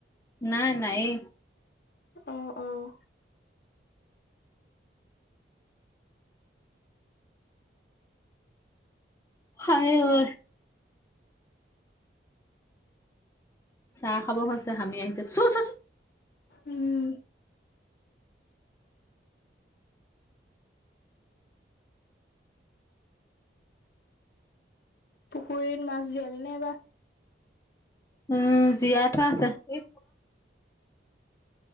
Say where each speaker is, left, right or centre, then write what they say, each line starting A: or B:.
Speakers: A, on the left; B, on the left.
A: নাই নায়ে।
B: অ অ',
A: হয়ায় অ চাহ, খাব হৈছে হামি আহিছে চ চোন
B: উম' পুখুৰীত, মাছ, জিয়ালি নে এইবাৰ।
A: উম জীয়াই থোৱা আছে। এই